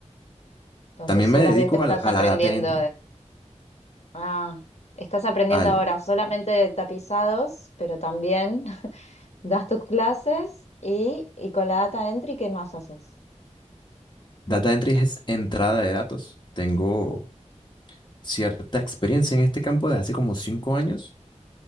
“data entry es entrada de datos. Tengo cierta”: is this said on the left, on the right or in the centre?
Left